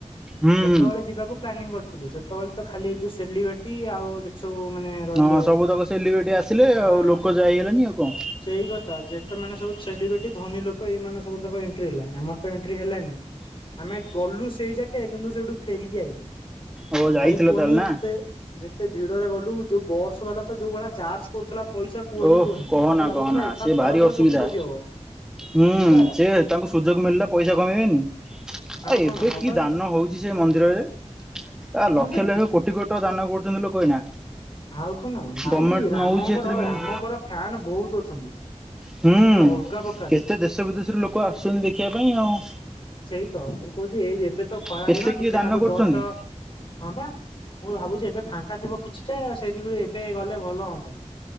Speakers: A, in the centre; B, on the left.
A: ହୁଁ
B: ସେତେବେଳେ
A: ହୁଁ।
B: ଯିବାକୁ ପ୍ଲାନିଂ କରିଥିଲୁ ସେତେବେଳେ ତ ଖାଲି ଏ ଯୋଉ ସେଲିବେଟି ଆଉ ଯେତ୍ ସବୁ ମାନେ ରହିଲେ
A: ହଁ ସବୁ ତକ ସେଲିିବେଟି ଆସିଲେ ଆଉ
B: ହଁ
A: ଲୋକ ଯାଇ ହେଲାନି ଆଉ କଁ?
B: ସେଇ କଥା ଯେତେ ମାନେ ସବୁ ସେଲିବ୍ରିଟି ଧନୀ ଲୋକ ଏଇମାନେ ସବୁ ତାଙ୍କ ଏଣ୍ଟ୍ରି ହେଲା ଆମର ତ ଏଣ୍ଟ୍ରି ହେଲାନି। ଆମେ ଗଲୁ ସେଇ ଯାକେ କିନ୍ତୁ ସେଠୁ ଫେରିକି ଆଇଲୁ
A: ଓ ଯାଇଥିଲ
B: ଭାଇ କୁହନି
A: ତାହେଲେ ନା।
B: ଯେତେ ଯେତେ ଭିଡରେ ଗଲୁ ଯୋଉ ବର୍ସ ମାନେ ତ ଯୋଉ ଭଳିଆ ଚାର୍ଜ କରୁଥିଲା ପଇସା କୁହନି
A: ଓଃ
B: କୁହନି
A: କହନା
B: ମତେ ଲାଗୁଥିଲା
A: କହନା
B: ଏକା
A: ସେ
B: ଥର
A: ଭାରି
B: କରେ
A: ଅସୁବିଧା।
B: କୋଟି ପୋତି ହବ।
A: ହୁଁ
B: ସେଇବା
A: ସେୟା ତାଙ୍କୁ ସୁଯୋଗ ମିଳିଲା ପଇସା କମେଇବେନି ଆଉ
B: କଣ
A: ଏବେ
B: ମତେ
A: କି ଦାନ ହଉ ସେ ମନ୍ଦିରରେ ଆ
B: ହଁ
A: ଲକ୍ଷ
B: ସେ
A: ଲକ୍ଷ କୋଟି କୋଟି ଟଙ୍କା ଦାନ କରୁଚନ୍ତି ଲୋକ ଏଇନା।
B: ଆଉ କଣ ନବ ଭାଇ
A: ଗଭର୍ଣ୍ଣମେଣ୍ଟ
B: ରାମଙ୍କର
A: ନଉଛି ଏଥିରେ ବି
B: ରାମଙ୍କର
A: ହୁଁ।
B: ଫ୍ୟାନ୍ ବହୁତ୍ ଅଛନ୍ତି।
A: ହୁଁ
B: ପୁରା ଅଲଗା
A: କେତେ
B: ପ୍ରକାରେ
A: ଦେଶ ବିଦେଶରୁ ଲୋକ ଆସୁଛନ୍ତି ଦେଖିବା ପାଇଁ ଆଉ।
B: ସେଇ ତ ମୁଁ କହୁଛି ଏଇ ଏବେ ତ ଖରା
A: କେତେ
B: ଦିନ
A: କିଏ
B: ଟିକେ
A: ଦାନ
B: ନାକୁ
A: କରୁଛନ୍ତି।
B: ଜଷ୍ଟ ହଁ ବା ମୁଁ ଭାବୁଛି ଏବେ ଫାଙ୍କା ଥିବ କିଛି ତ ସେଇଥିପ ଏବେ ଗଲେ ଭଲ ହୁଅନ୍ତା।